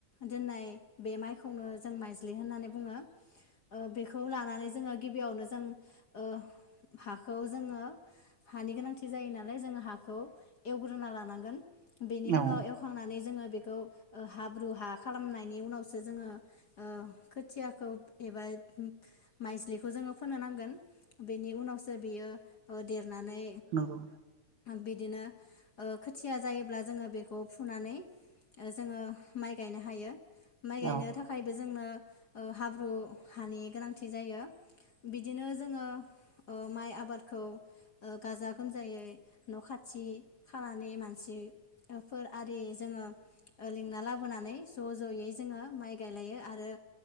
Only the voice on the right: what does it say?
औ
नंगौ
औ